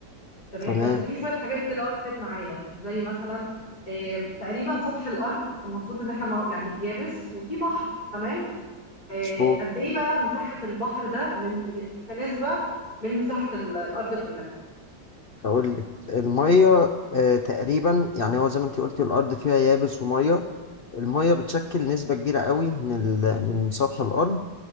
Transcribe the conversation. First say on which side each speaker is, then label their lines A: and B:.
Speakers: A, on the left; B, on the left.
A: تمام
B: تمام
A: بس في شوية حاجات كده وقفت معايا زي مثلا آه، تقريبا سطح الأرض المفروض ان احنا مو- يعني يابس وفي بحر تمام آه،
B: مظبوط
A: قد ايه بقى مساحة البحر ده من م- كنسبة من مساحة ال- الأرض كلها
B: هقول لك المية آه تقريبا يعني هو زي ما انت قلت الأرض فيها يابس ومية المية بتشكل نسبة كبيرة قوي من ال... من سطح الأرض